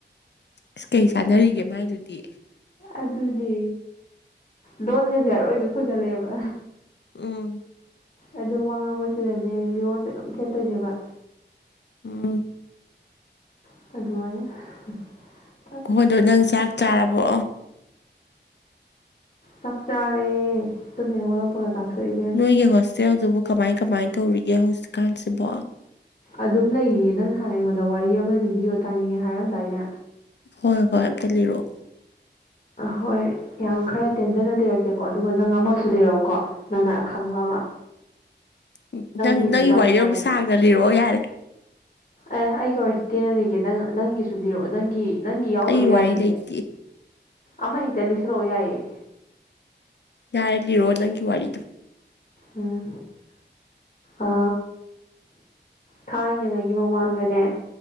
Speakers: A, on the left; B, on the left.
A: ꯑꯁ ꯀꯩ ꯆꯥꯟꯅꯔꯤꯒꯦ ꯃꯥꯏꯗꯨꯗꯤ
B: ꯑꯗꯨꯗꯤ ꯗꯣꯟꯒꯁꯦ ꯑꯔꯣꯏꯕꯤ ꯈꯣꯏꯒꯠꯂꯛꯑꯦꯕ
A: ꯎꯝ
B: ꯑꯗꯨ ꯋꯥ ꯉꯥꯡꯕꯁꯤꯗꯅꯦ ꯃꯤꯔꯣꯜꯁꯦ ꯑꯗꯨꯝ ꯊꯦꯠꯇꯣꯏꯅꯦꯕ
A: ꯎꯝ
B: <unintelligible>
A: <unintelligible> ꯅꯪ ꯆꯥꯛ ꯆꯥꯔꯕꯣ
B: ꯆꯥꯛ ꯆꯥꯔꯦ ꯇꯃꯦꯍꯣ ꯑꯞꯄꯒ ꯆꯥꯊꯣꯛꯏꯁꯦ
A: ꯅꯈꯣꯏꯒꯤ ꯍꯣꯁꯇꯦꯜꯗꯨꯕꯨ ꯀꯃꯥꯏ ꯀꯃꯥꯏꯅ ꯇꯧꯔꯤꯒꯦ ꯍꯧꯖꯤꯛꯀꯥꯟꯁꯤꯕꯣ
B: ꯑꯗꯨꯝ ꯂꯩꯔꯤꯌꯦ ꯅꯪ ꯍꯥꯟꯅ ꯑꯩꯉꯣꯟꯗ ꯋꯥꯔꯤ ꯑꯃ ꯂꯤꯕꯤꯌꯣ ꯇꯥꯅꯤꯡꯉꯦ ꯍꯥꯏꯔꯝꯗꯥꯏꯅꯦ
A: ꯍꯣꯏ ꯍꯣꯏ ꯑꯝꯇ ꯂꯤꯔꯛꯑꯣ
B: ꯍꯣꯏ ꯌꯥꯝ ꯈꯔ ꯇꯦꯟꯖꯅ ꯂꯩꯔꯛꯀꯦꯀꯣ ꯑꯗꯨꯒ ꯅꯪ ꯑꯃꯁꯨ ꯂꯩꯔꯛꯎꯀꯣ ꯅꯅꯥ ꯑꯈꯪꯕ ꯑꯃ
A: ꯎ ꯅꯪ
B: ꯂꯤꯕꯗꯨꯁꯨ
A: ꯅꯪꯒꯤ
B: ꯌꯥꯝ
A: ꯋꯥꯔꯤꯔꯝ
B: ꯅꯨꯡꯉꯥꯏꯕꯅꯦꯕ
A: ꯁꯥꯡꯅ ꯂꯤꯔꯛꯑꯣ ꯌꯥꯔꯦ
B: ꯑꯦ ꯑꯩꯒꯤ ꯋꯥꯔꯤꯔꯁꯤ ꯇꯦꯟꯅꯔꯤꯒꯦ ꯅꯪ ꯅꯪꯒꯤ ꯁꯨꯕꯤꯔꯛꯑꯣ ꯅꯪꯒꯤ ꯅꯪꯒꯤ ꯌꯥꯎꯗꯕ
A: ꯑꯩꯒꯤ ꯋꯥꯔꯤ
B: ꯌꯥꯗꯤꯒꯦ
A: ꯂꯩꯇꯦ
B: ꯑꯃ ꯍꯦꯛꯇ ꯂꯤꯁꯨꯔꯛꯎ ꯌꯥꯏꯌꯦ
A: ꯌꯥꯔꯦ ꯂꯤꯔꯣ ꯅꯪꯒꯤ ꯋꯥꯔꯤꯗꯣ
B: ꯎꯝ ꯑ ꯊꯥꯏꯅꯉꯩꯒꯤ ꯃꯃꯥꯡꯗꯅꯦ